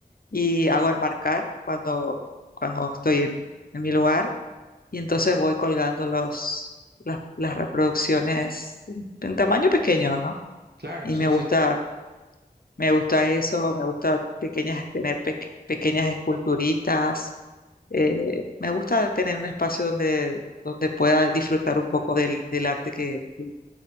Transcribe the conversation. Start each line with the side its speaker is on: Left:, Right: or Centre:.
Left: y hago enmarcar cuando, cuando estoy en, en mi lugar y entonces voy colgando los, las, las reproducciones en tamaño pequeño, ¿no?
Right: claro,
Left: Y
Right: sí,
Left: me
Right: sí,
Left: gusta me gusta eso, me gusta pequeñas, tener peque- pequeñas esculturitas. eh, me gusta tener un espacio donde, donde pueda disfrutar un poco del, del arte que, que